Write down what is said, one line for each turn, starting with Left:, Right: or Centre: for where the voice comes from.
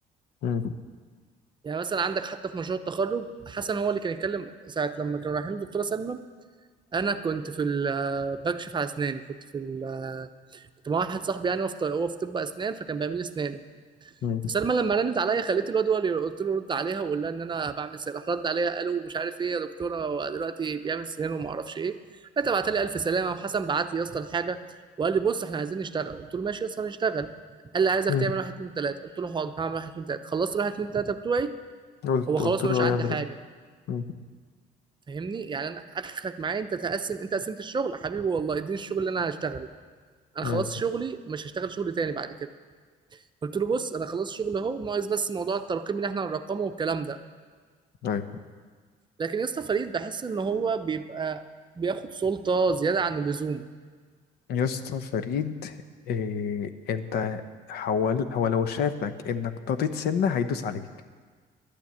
Left: مم.
Right: يعني مثلا عندك حتى في مشروع التخرج حسن هو اللي كان يتكلم ساعة لما كانوا رايحين للدكتورة سلمى أنا كنت في ال- آه، بكشف على أسناني كنت في ال- آه، كنت مع واحد صاحبي يعني هو في ط- هو في طب أسنان فكان بيعمل لي أسناني
Left: مم.
Right: فسلمى لما رنت عليا خليت الواد هو اللي قلت له رد عليها وقول لها ان انا بعمل سنان راح رد عليا قالوا مش عارف ايه يا دكتوره هو دلوقتي بيعمل سنان وما اعرفش ايه انت بعت لي الف سلامه وحسن بعت لي يا اسطى الحاجه وقال لي بص احنا عايزين نشتغل قلت له ماشي يا اسطى هنشتغل قال لي عايزك
Left: مم.
Right: تعمل واحد اتنين تلاته قلت له حاضر هعمل واحد اتنين تلاته خلصت واحد اتنين تلاته بتوعي
Left: قلت
Right: هو خلاص
Left: قلت له
Right: مش
Left: هو
Right: عندي
Left: يعمل
Right: حاجه
Left: ايه مم.
Right: فاهمني يعني انا اخرك معايا انت تقسم انت قسمت الشغل حبيبي والله اديني الشغل اللي انا هشتغله انا
Left: ايوه
Right: خلاص شغلي مش هشتغل شغل تاني بعد كده قلت له بص انا خلاص شغل اهو ناقص بس موضوع الترقيم اللي احنا هنرقمه والكلام ده
Left: ايوه
Right: لكن يا اسطى فريد بحس ان هو بيبقى بياخد سلطه زياده عن اللزوم
Left: يا اسطى فريد إيه انت حول هو لو شافك انك طريت سنة هيدوس عليك